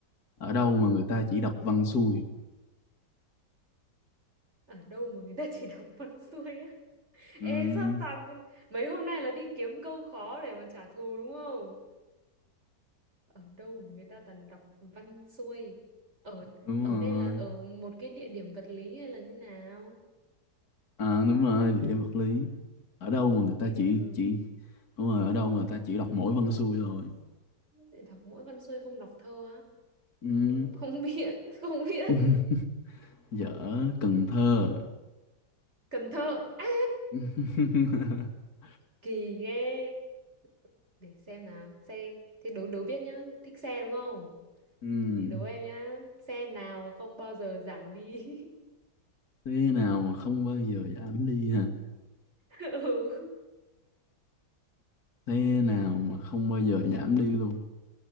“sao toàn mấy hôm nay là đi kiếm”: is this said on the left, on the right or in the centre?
Right